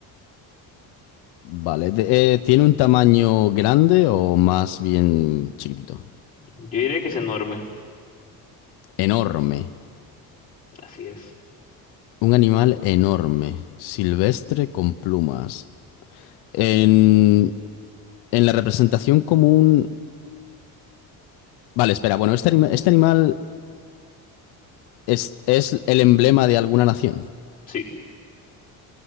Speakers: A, on the left (about 80°); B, on the left (about 20°).
A: Vale, de- eh, ¿tiene un tamaño grande o más bien chiquitito?
B: Yo diría que es enorme,
A: Enorme.
B: así es.
A: Un animal enorme, silvestre con plumas. En, en la representación común... Vale, espera, bueno, este, anima- este animal... es, es el emblema de alguna nación.
B: Sí.